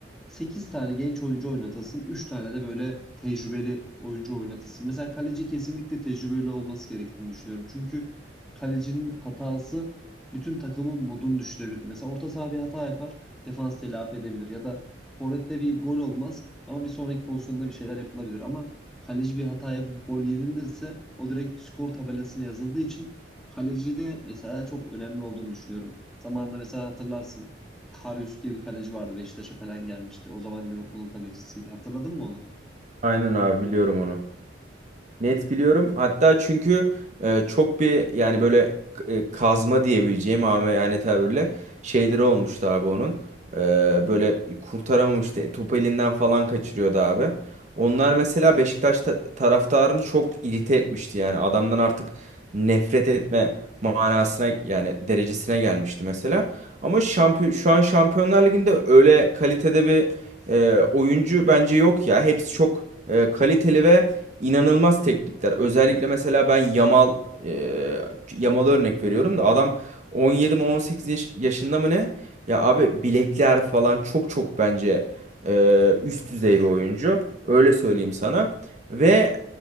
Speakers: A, in the centre; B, on the right.
A: 8 tane genç oyuncu oynatılsın, 3 tane de böyle tecrübeli oyuncu oynatılsın. Mesela kaleci kesinlikle tecrübeli olması gerektiğini düşünüyorum. Çünkü kalecinin hatası bütün takımın modunu düşürebilir. Mesela orta saha bir hata yapar, defans telafi edebilir ya da forvette bir gol olmaz ama bir sonraki pozisyonda bir şeyler yapılabilir. Ama kaleci bir hata yapıp gol yenilirse o direkt skor tabelasına yazıldığı için Kalecide mesela çok önemli olduğunu düşünüyorum. Zamanında mesela hatırlarsın. Karius diye bir kaleci vardı. Beşiktaş'a falan gelmişti. O zaman Liverpool'un kalecisiydi. Hatırladın mı onu?
B: Aynen abi biliyorum onu. Net biliyorum. Hatta çünkü e, çok bir yani böyle e, kazma diyebileceğim ama yani tabirle şeyleri olmuştu abi onun. E, böyle kurtaramamıştı. E, Topu elinden falan kaçırıyordu abi. Onlar mesela Beşiktaş ta- taraftarını çok irite etmişti. Yani adamdan artık nefret etme manasına yani derecesine gelmişti mesela. Ama şampiyon şu an Şampiyonlar Ligi'nde öyle kalitede bir e, oyuncu bence yok ya. Hepsi çok e, kaliteli ve inanılmaz teknikler. Özellikle mesela ben Yamal e, Yamal'a örnek veriyorum da adam 17 mi 18 yaş- yaşında mı ne? Ya abi bilekler falan çok çok bence e, üst düzey bir oyuncu. Öyle söyleyeyim sana. Ve